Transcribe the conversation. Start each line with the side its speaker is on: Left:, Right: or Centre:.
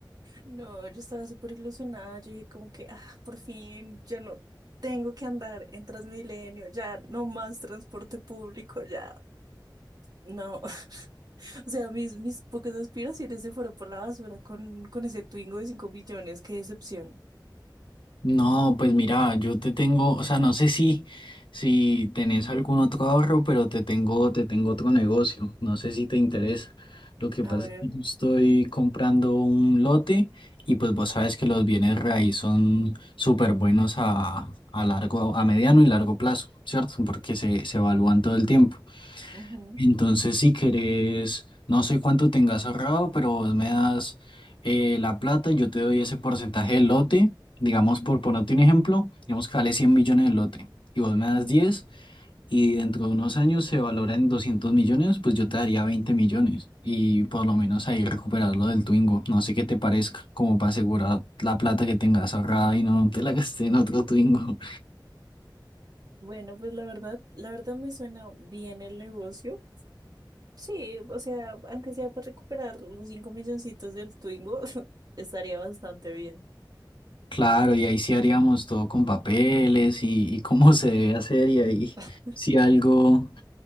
Right: No, yo estaba súper ilusionada. Yo dije como que, ah, por fin, ya no tengo que andar en Transmilenio, ya no más transporte público, ya no. <laughs> O sea, mis, mis pocas aspiraciones se fueron por la basura con, con ese Twingo de cinco millones, qué decepción.
Left: No, pues mira, yo te tengo, o sea, no sé si, si tenés algún otro ahorro, pero te tengo, te tengo otro negocio. No sé si te interesa. Lo que
Right: A
Left: pasa
Right: ver.
Left: es que yo estoy comprando un lote y pues vos sabes que los bienes raíz son súper buenos a, a largo, a mediano y largo plazo, ¿cierto? Porque se, se evalúan todo el tiempo.
Right: ujú.
Left: Entonces, si querés, no sé cuánto tengas ahorrado, pero vos me das eh, la plata y yo te doy ese porcentaje del lote. Digamos, por ponerte un ejemplo, digamos que vale 100 millones el lote y vos me das 10 y dentro de unos años se valora en 200 millones, pues yo te daría 20 millones y por lo menos ahí recuperas lo del Twingo. No sé qué te parezca, como para asegurar la plata que tengas ahorrada y no te la gasté en otro Twingo.
Right: Bueno, pues la verdad, la verdad me suena bien el negocio. Sí, o sea, aunque sea para recuperar los cinco milloncitos del Twingo, <laughs> estaría bastante bien.
Left: Claro, y ahí sí haríamos todo con papeles y, y cómo <laughs> se debe hacer y ahí
Right: <laughs>
Left: si algo